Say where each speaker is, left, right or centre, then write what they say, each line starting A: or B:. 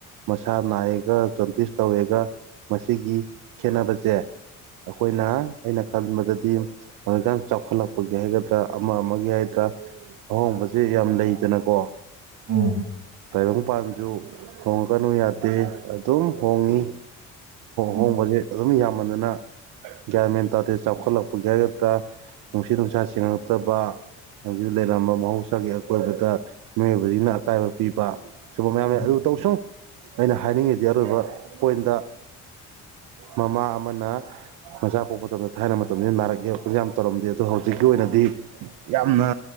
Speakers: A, on the right; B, on the right.
A: ꯃꯁꯥ ꯅꯥꯏꯑꯒ ꯖꯣꯟꯇꯤꯁ ꯇꯧꯋꯒ ꯃꯁꯤꯒꯤ ꯈꯦꯅꯕꯁꯦ ꯑꯩꯈꯣꯏꯅ ꯑꯩꯅ ꯈꯟꯕꯗꯗꯤ ꯍꯧꯖꯤꯛꯀꯥꯟ ꯆꯥꯎꯈꯠꯂꯛꯄꯒꯤ ꯍꯥꯏꯒꯗ꯭ꯔꯥ ꯑꯃ ꯑꯃꯒꯤ ꯍꯥꯏꯒꯗ꯭ꯔꯥ ꯑꯍꯣꯡꯕꯁꯦ ꯌꯥꯝ ꯂꯩꯗꯅꯀꯣ
B: ꯎꯝ ꯎꯝ
A: ꯇꯥꯏꯕꯪꯄꯥꯟꯁꯨ ꯍꯣꯡꯉꯀꯅꯨ ꯌꯥꯗꯦ ꯑꯗꯨꯝ ꯍꯣꯡꯉꯤ
B: ꯎꯝ
A: ꯍꯣꯡꯕꯁꯦ ꯑꯗꯨꯝ ꯌꯥꯝꯃꯟꯗꯅ ꯒ꯭ꯌꯥꯟꯃꯦꯟ ꯇꯥꯗꯦ ꯆꯥꯎꯈꯠꯂꯛꯄꯒꯤ ꯍꯥꯏꯒꯗ꯭ꯔꯥ ꯅꯨꯡꯁꯤꯠ ꯅꯨꯡꯁꯥ ꯁꯦꯡꯉꯛꯇꯕ ꯑ ꯂꯩꯔꯝꯕ ꯃꯍꯧꯁꯥꯒꯤ ꯑꯀꯣꯏꯕꯗ ꯃꯤꯑꯣꯏꯕꯁꯤꯡꯅ ꯑꯀꯥꯏꯕ ꯄꯤꯕ ꯁꯨꯨꯝꯕ ꯃꯌꯥꯝ
B: ꯎꯝ
A: ꯂꯩ ꯑꯗꯨ ꯇꯧꯁꯨꯡ ꯑꯩꯅ ꯍꯥꯏꯅꯤꯡꯉꯤꯗꯤ ꯑꯔꯣꯏꯕ ꯄꯣꯏꯟꯗ ꯃꯃꯥ ꯑꯃꯅ ꯃꯆꯥ ꯄꯣꯛꯄ ꯃꯇꯝꯗ ꯊꯥꯏꯅ ꯃꯇꯝꯁꯤꯗ ꯅꯥꯔꯛ ꯌꯦꯛꯂꯛꯄꯁꯨ ꯌꯥꯝ ꯇꯧꯔꯝꯗꯦ ꯑꯗꯣ ꯍꯧꯖꯤꯛꯀꯤ ꯑꯣꯏꯅꯗꯤ ꯌꯥꯝꯅ